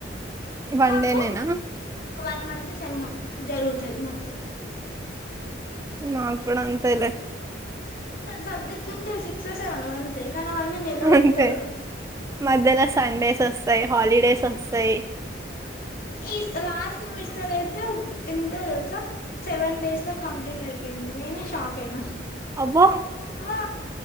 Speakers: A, on the right; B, on the left.
A: వన్
B: మాకు
A: డేనేనా
B: వన్ మంత్ సెమ్ జరుగుతది మొత్తం
A: మాకూడా అంతేలే
B: సబ్జెక్ట్స్ ఉంటే సిక్స్ సెవెన్ అంతే కానీ అవన్నీ నిలబెడతారు
A: అంతే మధ్యల సండేసోస్తాయి హాలిడేసోస్తాయి
B: ఈ లాస్ట్ సెమస్టర్ అయితే ఎంత తెల్సా సెవెన్ డేస్ల కంప్లీట్ టైపోఇందినీ నేనే షాక్ అయినా
A: అబ్బా
B: ఆ